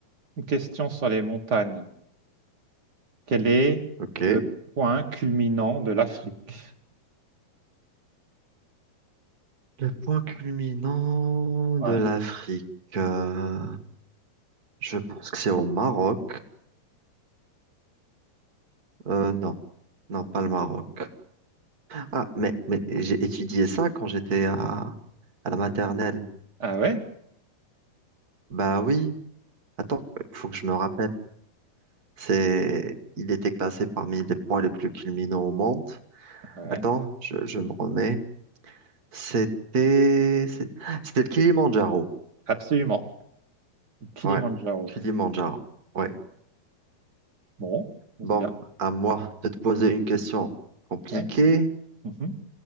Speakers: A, on the right; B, on the right.
A: une question sur les montagnes. Quel est
B: Ok.
A: le point culminant de l'Afrique?
B: Le point culminant de
A: Ouais.
B: l'Afrique. euh, Je pense que c'est au Maroc. Euh, non, non, pas le Maroc. Ah, mais, mais j'ai étudié ça quand j'étais à, à la maternelle.
A: Ah ouais,
B: Bah oui, attends, il faut que je me rappelle. C'est, il était classé parmi les points les plus culminants au monde.
A: ah ouais,
B: Attends, je, je me remets. C'était, c'est- c'était le Kilimandjaro.
A: absolument. Kilimandjaro.
B: Ouais, Kilimandjaro. Ouais.
A: Bon,
B: Bon,
A: c'est bien.
B: à moi de te poser une question compliquée.
A: Ouais. mhm.